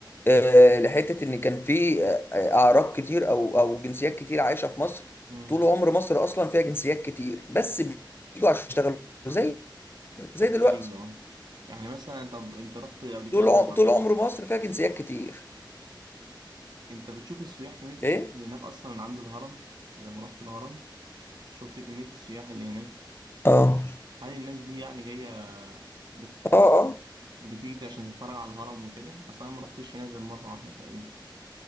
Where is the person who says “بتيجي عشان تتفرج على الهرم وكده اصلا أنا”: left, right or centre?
Right